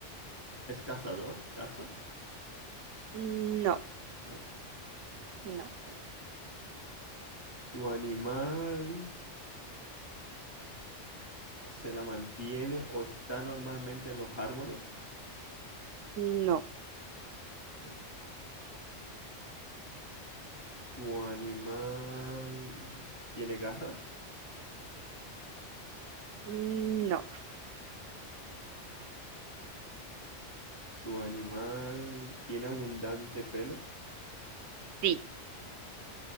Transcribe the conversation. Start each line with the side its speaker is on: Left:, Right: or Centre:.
Left: ¿Es cazador? ¿Caza?
Right: No.
Left: No.
Right: No.
Left: Vale. ¿Tu animal se la mantiene o está normalmente en los árboles?
Right: No.
Left: Ok. ¿Tu animal tiene garras?
Right: No.
Left: Ok. ¿Tu animal tiene abundante pelo?
Right: Sí.